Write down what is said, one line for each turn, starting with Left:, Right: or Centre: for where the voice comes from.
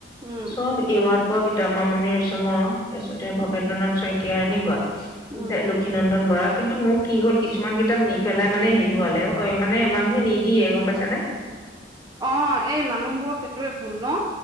Right: উম
Left: চব এৱাৰ্ড কিতাপ, মামনি ৰয়ছমৰ। তাৰ পিছতে ভৱেন্দ্ৰনাথ
Right: উম
Left: শইকীয়া কোৱা।
Right: উম
Left: দে লক্ষীনন্দন বৰাক কিন্তু মোৰ কি হ'ল কিছুমান কিতাপ নি পেলাই মানে হেৰি হ'লেও ঐ মানে মানুহে নিদিয়ে গম পাইছানে?
Right: অ', এই মানুহবোৰৰ সেইটোৱেই ভুল ন?